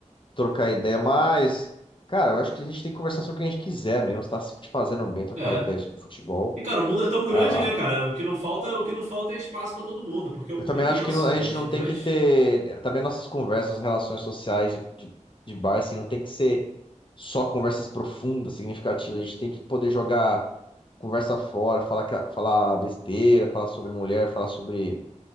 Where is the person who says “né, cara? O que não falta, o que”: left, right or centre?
Right